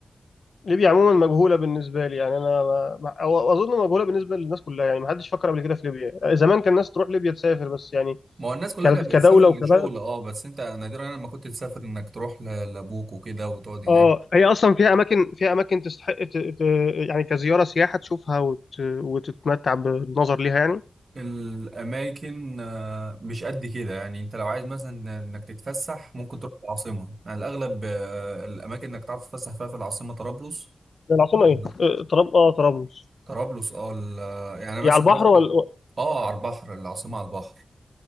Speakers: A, on the left (about 60°); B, on the right (about 50°).
A: ليبيا عموما مجهوله بالنسبه لي يعني انا ما... أو- اظن مجهوله بالنسبه للناس كلها يعني ما حدش فكر قبل كده في ليبيا زمان كان الناس تروح ليبيا تسافر بس يعني
B: ما هو الناس كلها
A: ك-
B: كانت
A: كدوله
B: بتسافر لشغل
A: وكبلد
B: اه بس انت نادرا لما كنت تسافر انك تروح ل- لابوك وكده وتقعد هناك
A: اه هي اصلا فيها اماكن فيها اماكن تستحق ت... ت... يعني كزياره سياحه تشوفها وت... وتتمتع بالنظر ليها يعني
B: الاماكن آه، مش قد كده يعني انت لو عايز مثلا انك تتفسح ممكن تروح العاصمه يعني الاغلب آه، الاماكن انك تعرف تتفسح فيها في العاصمه طرابلس
A: العاصمه ايه
B: لا،
A: آه، طراب اه طرابلس
B: طرابلس اه ال- يعني مثلا
A: هي على البحر
B: رحت
A: ولا
B: اه على البحر العاصمه على البحر